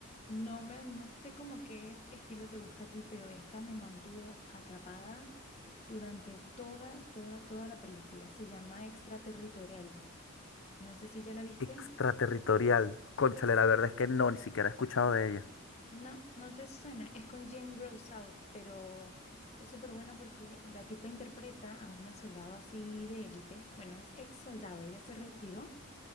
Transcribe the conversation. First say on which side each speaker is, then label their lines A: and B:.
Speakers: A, on the left (about 30°); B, on the left (about 60°).
A: no me, no sé cómo qué estilo te gusta a ti, pero esta me mantuvo atrapada durante toda, toda, toda la película. Se llama Extraterritorial. No sé si ya la viste.
B: extraterritorial. Cónchale, la verdad es que no, ni siquiera he escuchado de ella.
A: No, no te suena. Es con Jane Grows Out, pero es súper buena porque la tipa interpreta a una soldado así de élite. Bueno, es ex soldado. Ella se retiró